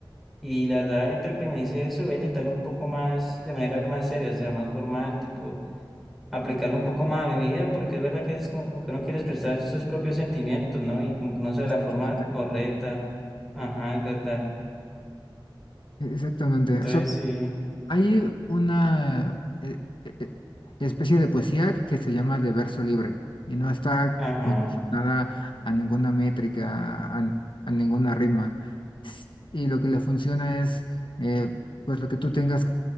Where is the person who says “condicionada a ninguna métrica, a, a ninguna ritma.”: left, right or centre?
Left